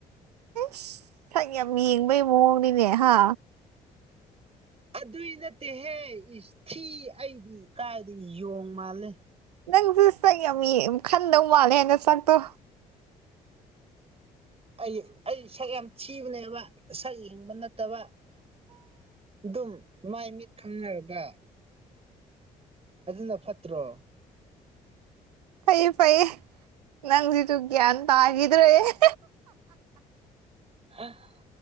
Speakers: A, on the right; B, on the right.
A: ꯏꯁ ꯁꯛ ꯌꯥꯝ ꯌꯦꯡꯕꯩ ꯃꯑꯣꯡꯅꯤꯅꯦ ꯍꯥ
B: ꯑꯗꯨꯏ ꯅꯠꯇꯦꯍꯦ ꯏꯁ ꯊꯤ ꯑꯩꯗꯤ ꯀꯥꯏꯗꯒꯤ ꯌꯣꯡ ꯃꯥꯜꯂꯦ
A: ꯅꯪꯁꯨ ꯁꯛ ꯌꯥꯝ ꯌꯦꯡ ꯈꯟꯗꯧ ꯃꯥꯜꯂꯦꯍꯦ ꯅꯁꯛꯇꯣ
B: ꯑꯩ ꯑꯩ ꯁꯛ ꯌꯥꯝ ꯊꯤꯕꯅꯦꯕ ꯁꯛ ꯌꯦꯡꯕ ꯅꯠꯇꯕ ꯑꯗꯨꯝ ꯃꯥꯏ ꯃꯤꯠ ꯈꯪꯅꯔꯒ ꯑꯗꯨꯅ ꯐꯠꯇ꯭ꯔꯣ
A: ꯐꯩꯌꯦ ꯐꯩꯌꯦ ꯅꯪꯁꯤꯁꯨ ꯒ꯭ꯌꯥꯟ ꯇꯥꯒꯤꯗ꯭ꯔꯦꯍꯦ <unintelligible>
B: ꯑꯍ